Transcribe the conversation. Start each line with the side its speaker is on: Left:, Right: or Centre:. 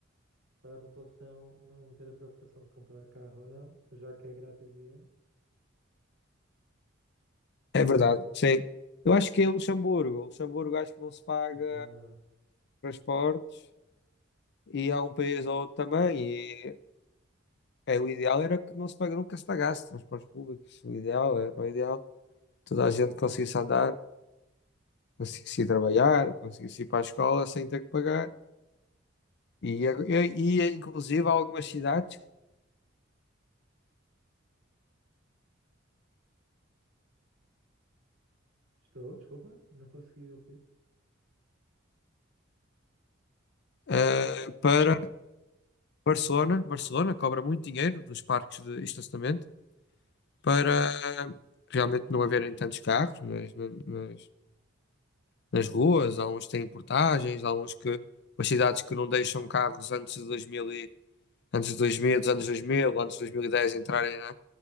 Right: para a população não ter a preocupação de comprar carro ou não, já que é grátis e é.
Left: é verdade, sim. Eu acho que é Luxemburgo. Luxemburgo acho que não se paga
Right: Ah,
Left: transportes e há um país ou outro também. E é, o ideal era que não se paga, nunca se pagasse transportes públicos. O ideal era o ideal. Toda a gente conseguisse andar, conseguisse ir trabalhar, conseguisse ir para a escola sem ter que pagar. E, e, e, inclusive há algumas cidades
Right: estou, desculpa, não consegui ouvir.
Left: eh, para Barcelona. Barcelona cobra muito dinheiro dos parques de estacionamento para realmente não haverem tantos carros nas, na- nas, nas ruas. Há uns que têm portagens, há uns que umas cidades que não deixam carros antes de dois mil e, antes de 2000 dos anos dois mil antes de 2010 entrarem na,